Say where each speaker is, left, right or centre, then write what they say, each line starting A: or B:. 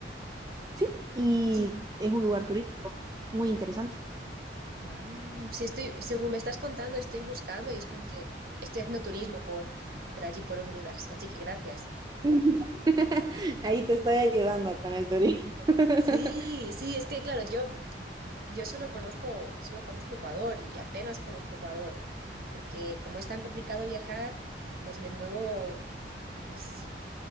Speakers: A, on the right (about 20°); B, on the right (about 55°).
A: Sí, y
B: Sí,
A: es un lugar turístico muy interesante.
B: Wow, sí estoy, según me estás contando, estoy buscando y es como que estoy haciendo turismo por, por allí, por Honduras, así que gracias.
A: <laughs> Ahí te estoy ayudando con el turismo. <laughs>
B: Sí, sí, es que claro, yo, yo solo conozco, solo conozco Ecuador y apenas conozco Ecuador, porque como es tan complicado viajar, pues me muevo, pues